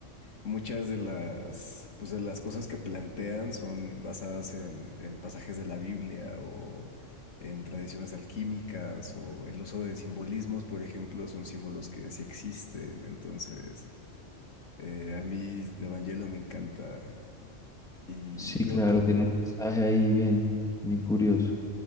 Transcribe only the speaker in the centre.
Sí, claro,
tiene un mensaje ahí bien, bien curioso.